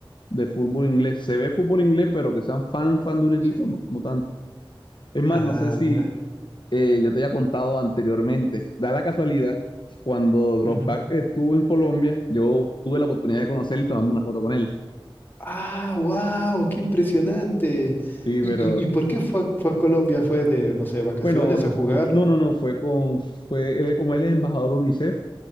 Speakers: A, on the left; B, on the left.
A: del fútbol inglés. Se ve fútbol inglés, pero que sean fan, fan de un equipo,
B: Sí.
A: no, no tanto. Es más,
B: ah,
A: no sé si
B: mira.
A: eh, yo te había contado anteriormente, da la casualidad, cuando Dropback
B: Ujú.
A: estuvo en Colombia, yo tuve la oportunidad
B: Mm.
A: de conocerlo y tomarme una foto con él.
B: Ah, wow, qué impresionante.
A: Sí,
B: ¿Y,
A: pero
B: y, y por qué fue, a- fue a Colombia? ¿Fue de, no sé, vacaciones
A: bueno,
B: a jugar?
A: no, no, no, fue con, fue, él, es- como él es embajador UNICEF,